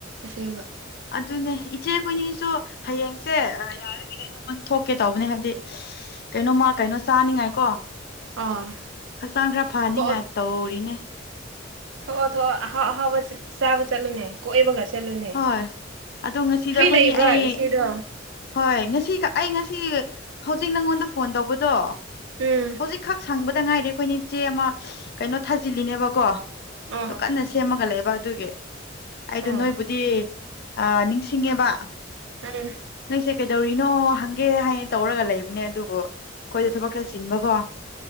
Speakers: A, on the right (about 75°); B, on the left (about 55°).
A: ꯑꯁꯦꯡꯕ꯫
B: ꯑꯗꯨꯅꯦ ꯏꯆꯦ ꯈꯣꯏꯅꯤꯁꯨ ꯍꯌꯦꯡꯁꯦ ꯌꯥꯔꯗꯤ ꯀꯩꯅꯣꯝꯃ ꯊꯣꯛꯀꯦ ꯇꯧꯕꯅꯦ ꯍꯥꯏꯕꯗꯤ_ _ ꯀꯩꯅꯣꯃ ꯀꯩꯅꯣ ꯆꯥꯅꯤꯡꯉꯥꯏꯀꯣ
A: ꯑꯥ
B: ꯍꯛꯆꯥꯡ ꯈꯔ ꯐꯍꯅꯤꯡꯉꯥꯏ
A: ꯊꯣꯛꯑꯣ
B: ꯇꯧꯔꯤꯅꯦ꯫
A: ꯊꯣꯛꯑꯣ ꯊꯣꯛꯑꯣ ꯑꯍꯥꯎ ꯑꯍꯥꯎꯕ ꯆ ꯆꯥꯕ ꯆꯠꯂꯨꯅꯦ꯫ ꯀꯣꯏꯕꯒ ꯆꯠꯂꯨꯅꯦ
B: ꯍꯣꯏ ꯑꯗꯣ ꯉꯁꯤꯗꯣ
A: ꯐ꯭ꯔꯤ
B: ꯑꯩꯈꯣꯏꯅꯤ
A: ꯂꯩꯕ꯭ꯔꯣ
B: ꯑꯩ
A: ꯏꯆꯦꯗꯣ꯫
B: ꯍꯣꯏ ꯉꯁꯤꯈ ꯑꯩ ꯉꯁꯤ ꯍꯧꯖꯤꯛ ꯅꯉꯣꯟꯗ ꯐꯣꯟ ꯇꯧꯕꯗꯣ꯫
A: ꯎꯝ
B: ꯍꯧꯖꯤꯛꯈꯛ ꯁꯪꯕꯗ ꯉꯥꯏꯔꯦ ꯑꯩꯈꯣꯏ ꯆꯦ ꯑꯃ ꯀꯩꯅꯣ ꯊꯥꯖꯤꯜꯂꯤꯅꯦꯕꯀꯣ
A: ꯑꯣ
B: ꯀ ꯇꯦꯝꯃꯒ ꯂꯩꯕ ꯑꯗꯨꯒꯤ ꯑꯩꯗꯣ
A: ꯑꯣ
B: ꯅꯣꯏꯕꯨꯗꯤ ꯑ ꯅꯤꯡꯁꯤꯡꯉꯦꯕ꯫
A: <unintelligible>
B: ꯅꯡꯁꯦ ꯀꯩꯗꯧꯔꯤꯅꯣ ꯍꯪꯒꯦ ꯍꯥꯏ ꯇꯧꯔꯒ ꯂꯩꯕꯅꯦ ꯑꯗꯨꯕꯨ_ _ ꯈꯣꯏꯗ
A: ꯎꯝ
B: ꯊꯕꯛ ꯈꯔ ꯆꯤꯟꯕꯀꯣ